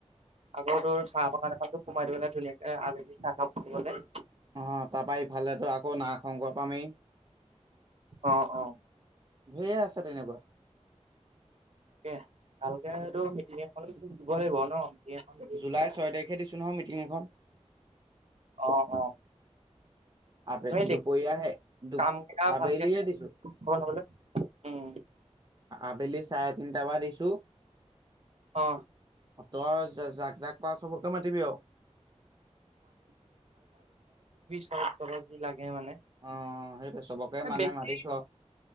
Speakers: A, on the right (about 65°); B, on the right (about 35°).
A: আকৌ তোৰ চাহ বাগান এখনতো সোমাই দিবলে ধুনীয়াকে আবেলি চাহকাপ ফুৰিবলে
B: আহ তাৰপা ইফালেতো আকৌ নাগ শংকৰ পামেই
A: অ অ
B: ধেইৰ আছে তেনেকুৱা।
A: তাকে ভালকেটো মিটিং এখন দিব লাগিব ন। মিটিং এখন ধৰি
B: জুলাই
A: পেলাই
B: ছয় তাৰিখে দিছোঁ নহয় মিটিং এখন।
A: অ অ
B: আবেলি
A: আমি
B: দুপৰীয়াহে দু
A: কাম কেইটা
B: আবেলিয়ে
A: ভালকে
B: দিছো।
A: বনাবলে উম
B: আবেলি চাৰে তিনটা পা দিছো।
A: অ
B: ছ' <unintelligible> যাক-যাক পাৱ চবকে মাতিবি আৰু।
A: চ-চৰজি লাগে মানে।
B: অ সেইটোৱে চবকে মানে
A: বেছি
B: মাতিছো আৰু